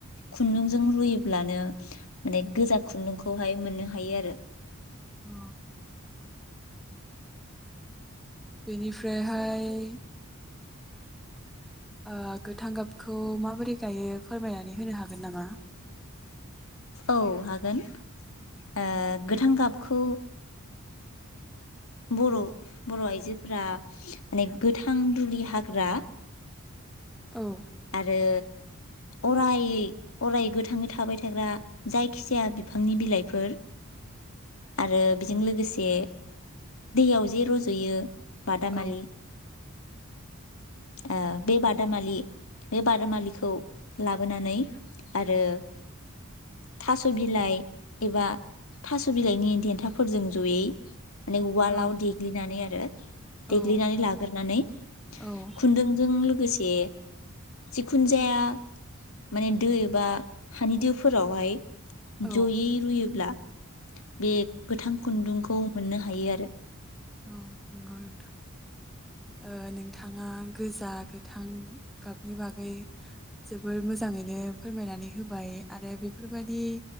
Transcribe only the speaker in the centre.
अ। बेनिफ्रायहाय ओ गोथां गाबखौ माबोरै गायो फोरमायनानै होनो हागोन नामा?
औ
औ
औ
औ
औ
औ
औ नंगौ नोंथां ओ नोंथाङा गोजा गोथां गाबनि बागै जोबोर मोजाङैनो फोरमायनानै होबाय। आरो बेफोर बादि